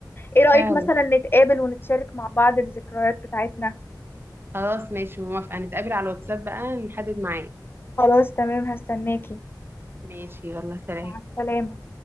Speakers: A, on the left; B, on the right.
A: ايه رايك
B: فعلا
A: مثلا نتقابل ونتشارك مع بعض الذكريات بتاعتنا
B: خلاص ماشي موافقه نتقابل على الواتساب بقى نحدد ميعاد
A: خلاص تمام هستناكي
B: ماشي يلا سلام
A: مع السلامه